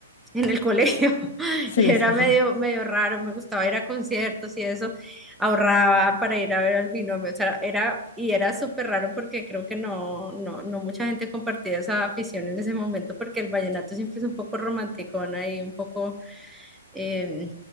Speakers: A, in the centre; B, on the left (about 55°).
A: en el colegio <laughs>
B: Sí,
A: y era
B: sí,
A: medio,
B: sí.
A: medio raro, me gustaba ir a conciertos y eso, ahorraba para ir a ver al binomio, o sea, era, y era súper raro porque creo que no, no, no mucha gente compartía esa afición en ese momento porque el vallenato siempre es un poco romanticón ahí, un poco, eh,